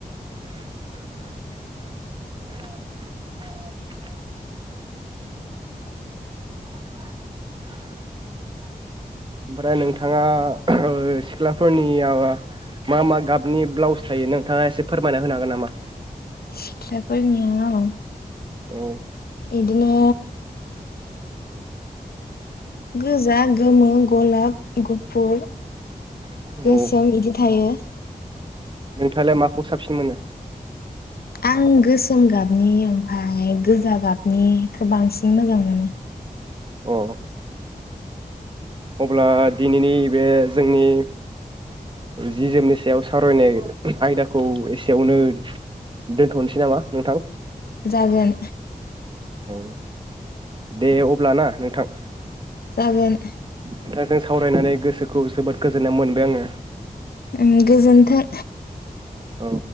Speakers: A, on the right; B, on the left.
A: <unintelligible> <inaudible> ओमफ्राय नोंथाङा ओ सिख्लाफोरनियाव मा मा गाबनि ब्लाउस थायो नोंथाङा एसे फोरमायना होनो हागोन नामा?
B: सिख्लाफोरनियाव
A: औ
B: बिदिनो गोजा, गोमो, गलाब, गुफुर
A: औ
B: गोसोम बिदि थायो।
A: नोंथाङालाय माखौ साबसिन मोनो?
B: आं गोसोम गाबनि ओमफाय गोजा गाबनिखो बांसिन मोजां मोनो।
A: अ अब्ला दिनैनि बे जोंनि जि-जोमनि सायाव सावरायनाय आयदाखौ एसेयावनो दोनथनोसै नामा नोंथां?
B: जागोन।
A: <inaudible> औ दे अब्ला ना नोंथां।
B: जागोन
A: <inaudible> नोंथांजों सावरायनानै गोसोखौ जोबोद गोजोननाय मोनबाय आङो।
B: ओं गोजोन्थों।
A: औ